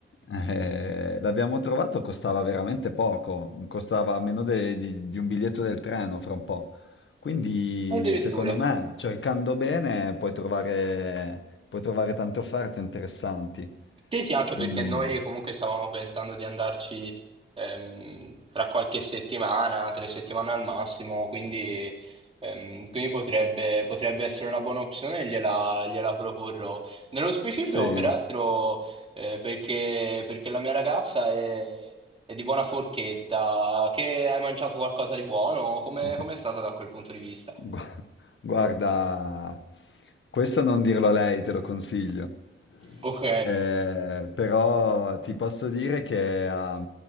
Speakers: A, on the left (about 70°); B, on the right (about 25°).
A: Eh, l'abbiamo trovato, costava veramente poco, costava meno de- di, di un biglietto del treno fra un po'. Quindi
B: addirittura.
A: secondo me, cercando bene, puoi trovare, puoi trovare tante offerte interessanti.
B: Sì, sì, anche perché
A: Mm,
B: noi comunque stavamo pensando di andarci ehm, tra qualche settimana, tre settimane al massimo, quindi, ehm, quindi potrebbe, potrebbe essere una buona opzione, gliela, gliela proporrò. Nello specifico,
A: sì.
B: peraltro, eh, perché, perché la mia ragazza è, è di buona forchetta, che hai mangiato qualcosa di buono, come,
A: <laughs>
B: come è stato da quel punto di vista?
A: Gua- Guarda, questo non dirlo a lei, te lo consiglio.
B: Ok.
A: Eh, però ti posso dire che a, a